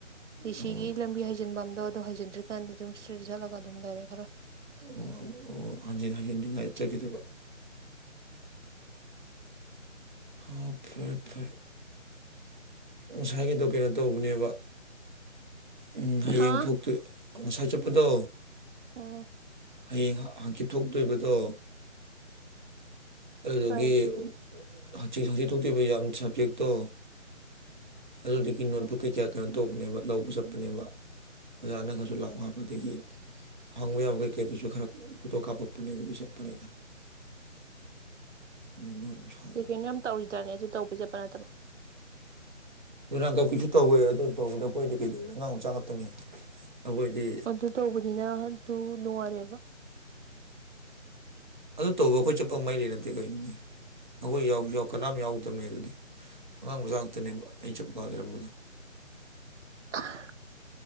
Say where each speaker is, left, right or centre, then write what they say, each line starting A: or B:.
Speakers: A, on the right; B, on the right.
A: ꯗꯤ ꯁꯤꯒꯤ
B: ꯑꯣ
A: ꯂꯝꯕꯤ ꯍꯩꯖꯤꯟꯕ ꯑꯝꯗꯣ ꯑꯗꯣ ꯍꯖꯤꯟꯗ꯭ꯔꯤꯥꯟꯗꯤ ꯑꯗꯨꯝ ꯏꯁꯇ꯭ꯔꯦꯠ ꯆꯠꯂꯒ ꯑꯗꯨꯝ ꯂꯩꯔꯦ ꯈꯔ
B: ꯑꯣ ꯑꯣ ꯍꯟꯖꯤꯟ ꯍꯟꯖꯤꯟ ꯉꯥꯏ ꯆꯠꯈꯤꯗꯕ ꯑꯣ ꯐꯔꯦ ꯐꯔꯦ ꯉꯁꯥꯏꯒꯤꯗꯣ ꯀꯩꯅꯣ ꯇꯧꯕꯅꯦꯕ ꯎꯝ ꯍꯌꯦꯡ
A: ꯍꯥ
B: ꯊꯣꯛꯇꯨ ꯉꯁꯥꯏ ꯆꯠꯄꯗꯣ
A: ꯎꯝ
B: ꯍꯌꯦꯡ ꯍꯥꯡꯀꯤꯤꯠ ꯊꯣꯛꯇꯣꯏꯕꯗꯣ ꯑꯗꯨꯗꯒꯤ
A: ꯀꯩ
B: ꯍꯆꯤ ꯊꯣꯛꯇꯤꯕ ꯌꯥꯝ ꯁꯕꯖꯦꯛꯇꯣ ꯑꯗꯨꯗꯨꯒꯤ ꯅꯣꯠꯕꯨꯛ
A: ꯎꯝ
B: ꯀꯩ ꯀꯌꯥ ꯀꯩꯅꯣ ꯇꯧꯕꯅꯦꯕ ꯂꯧꯕ ꯆꯠꯄꯅꯦꯕ ꯑꯣꯖꯥꯅꯪꯅꯖꯨ ꯂꯥꯛꯑꯣ ꯍꯥꯏꯕꯗꯒꯤ ꯍꯪꯕ ꯌꯥꯕ ꯀꯩꯀꯩꯗꯨꯁꯨ ꯈꯔ ꯐꯣꯇꯣ ꯀꯥꯞꯄꯛꯄꯅꯦ ꯑꯗꯨꯒꯤ ꯆꯠꯄꯅꯤꯗ <unintelligible>
A: ꯀꯩ ꯀꯩꯅꯣ ꯌꯥꯝ ꯇꯧꯔꯤꯗꯅꯦ ꯑꯗꯨ ꯇꯧꯕꯩ ꯆꯠꯄ ꯅꯠꯇꯕ
B: ꯗꯨꯔꯥꯟ ꯀꯞꯀꯤꯁꯨ ꯇꯧꯋꯦ ꯑꯗꯨ ꯇꯧꯕꯗ ꯑꯩꯈꯣꯏꯗꯤ ꯀꯩꯗꯧꯅꯤ ꯑꯉꯥꯡ ꯃꯆꯥ ꯉꯥꯛꯇꯅꯤ ꯑꯩꯈꯣꯏꯗꯤ
A: ꯑꯗꯨ ꯇꯧꯕꯅꯤꯅ ꯑꯗꯨ ꯅꯨꯡꯉꯥꯏꯔꯦꯕ
B: ꯑꯗꯨ ꯇꯧꯕ ꯑꯩꯈꯣꯏ ꯆꯠꯄ ꯃꯩ ꯂꯩ ꯅꯠꯇꯦ ꯀꯩꯅꯣꯅꯦ ꯑꯩꯈꯣꯏ ꯌꯥꯎꯁꯨ ꯌꯥꯎ ꯀꯅꯥꯝ ꯌꯥꯎꯗꯕꯅꯦ ꯑꯗꯨꯗꯤ ꯑꯉꯥꯡ ꯃꯆꯥꯥꯛ ꯉꯥꯛꯇꯅꯦꯕ ꯑꯩ ꯆꯞꯄꯀꯥ ꯂꯩꯔꯝꯕꯗꯣ
A: <unintelligible>